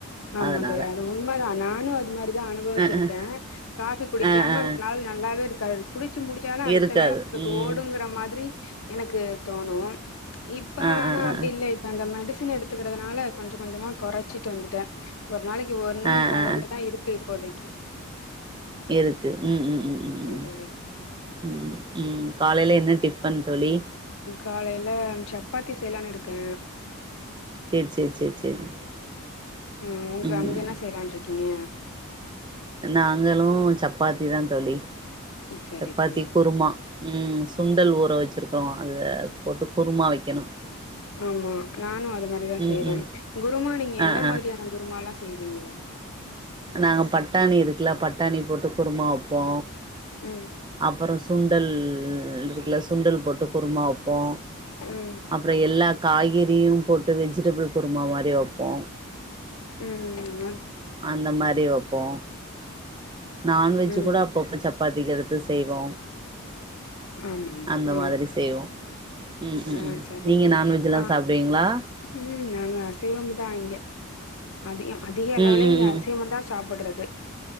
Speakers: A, on the left; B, on the right.
A: ஆமா
B: அதனால
A: தோழி அது உண்மதா நானு அது மாரிதா அனுபவிச்சிருக்கே
B: ஆ ஆ
A: காஃபி குடிக்காம
B: ஆ ஆ
A: அந்த நாள் நல்லாவே இருக்காது குடிச்சி முடிச்சாலு அடுத்த
B: இருக்காது
A: வேல நம்ளுக்கு
B: ம்
A: ஓடுங்குற மாரி எனக்கு தோணு இப்ப
B: ஆ
A: ஆனா
B: ஆ ஆ
A: அப்டி இல்ல இப்ப அந்த மெடிசின் எடுத்துக்குறதுனால கொஞ்சோ கொஞ்சமா குறைச்சிட்டு வந்துட்டே ஒரு நாளைக்கு ஒன்னுன்ற
B: ஆ ஆ ஆ
A: அளவு தாருக்கு இப்போதைக்கி
B: இருக்கு ம் ம் ம் ம்
A: ஆ
B: ம்
A: தோழி
B: ம் ம் காலைல என்ன டிஃபன் தோழி
A: காலைல சப்பாத்தி செய்யலானுருக்கே
B: சேரி சேரி சேரி சேரி
A: ஆ உங்க
B: ம்
A: அங்க என்ன செய்லான்ருக்கீங்க
B: நாங்கலு சப்பாத்தி தா தோழி
A: சரி
B: சப்பாத்தி
A: தோழி
B: குருமா ம் சுண்டல் ஊற வச்சிருக்கிறோ அத போட்டு குருமா வைக்கணு
A: ஆமா நானு அது மாதிரிதா
B: ம்
A: செய்வே
B: ம்
A: குருமா நீங்க
B: ஆ
A: என்ன
B: ஆ
A: மாதிரியான குருமால்லா செய்வீங்க
B: நாங்க பட்டாணி இருக்குல பட்டாணி போட்டு குருமா வப்போ
A: ம்
B: அப்றோ சுண்டல் இருக்குல சுண்டல் போட்டு குருமா வப்போ
A: ம்
B: அப்றௌ எல்லா காய்கறி போட்டு வெஜிடபிள் குருமா மாரி வப்போ
A: ம் ஆ
B: அந்த மாரி வப்போ நண்வெஜ்
A: ம்
B: கூட அப்பப்ப சப்பாத்திக்கு எடுத்து செய்வோ
A: ஆமா ஆமா
B: அந்த
A: ஆ
B: மாரி செய்வோ ம் ம்
A: ஆ
B: ம்
A: சரிங்க
B: நீங்க
A: மேம்
B: நான்வெஜ்ல்லா
A: ஆ
B: சாப்டுவீங்களா
A: ம் நாங்க அசைவம் தா இங்க அதிகம் அதிக அளவுலயு
B: ம் ம்
A: இங்க
B: ம்
A: அசைவம் தா சாப்பிடுறது